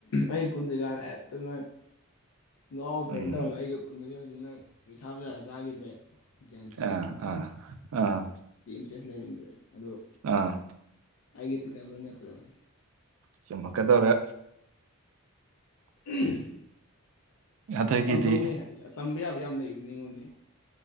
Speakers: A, on the left (about 65°); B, on the right (about 70°).
A: ꯑꯩ ꯄꯨꯟꯗ꯭ꯔꯤꯀꯥꯟꯗ ꯍꯦꯛꯇ ꯅꯣꯢ ꯉꯥꯎꯕ
B: ꯎꯝ
A: ꯐꯩꯅ ꯇꯧꯔꯝꯕ ꯑꯩꯒꯤꯒ ꯄꯨꯟꯕꯗꯤ ꯍꯧꯖꯤꯛ ꯅꯪ ꯅꯤꯁꯥ ꯕꯁꯥꯁꯨ ꯆꯥꯈꯤꯗ꯭ꯔꯦ ꯒ꯭ꯌꯥꯟ
B: ꯑꯥ ꯑꯥ ꯑꯥ
A: ꯑꯦꯁ ꯂꯩꯔꯝꯗ꯭ꯔꯦ ꯑꯗꯣ
B: ꯑꯥ
A: ꯑꯩꯒ ꯇꯤꯟꯅꯕꯩ ꯅꯠꯇ꯭ꯔꯅꯦ
B: ꯆꯨꯃꯛꯀ ꯇꯣꯔꯦ
A: <inaudible>
B: ꯑꯗꯒꯤꯗꯤ
A: ꯇꯝꯖꯧꯅꯦ ꯇꯝꯕ ꯌꯥꯕ ꯌꯥꯝ ꯂꯩꯕꯅꯤ ꯑꯩꯉꯣꯟꯗꯤ